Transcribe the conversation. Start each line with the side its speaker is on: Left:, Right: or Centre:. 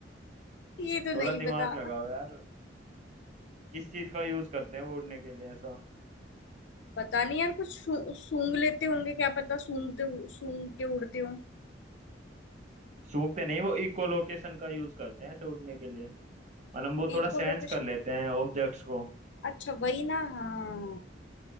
Left: ये तो
Right: थोड़ा
Left: नहीं
Right: दिमाग
Left: पता
Right: लगाओ यार किस चीज का यूज करते हैं वो उड़ने के लिए ऐसा
Left: पता नहीं यार कुछ सू- सूंघ लेते होंगे क्या पता सूंघते सूंघ के उड़ते हों
Right: सूंघते नहीं वो इकोलोकेशन का यूज करते हैं ऐसे उड़ने के लिए मतलब वो थोड़ा
Left: इकोलोकेशन
Right: सेंस कर लेते हैं ऑब्जेक्ट्स को
Left: अच्छा वही ना हाँ